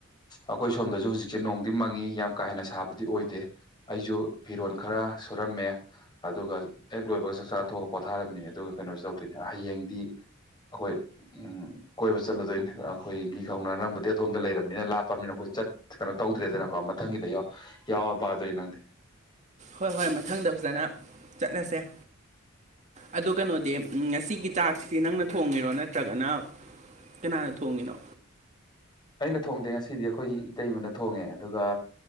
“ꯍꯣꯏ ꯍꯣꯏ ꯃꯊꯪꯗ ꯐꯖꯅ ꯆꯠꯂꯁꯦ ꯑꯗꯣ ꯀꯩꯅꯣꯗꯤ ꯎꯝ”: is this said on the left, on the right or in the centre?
Right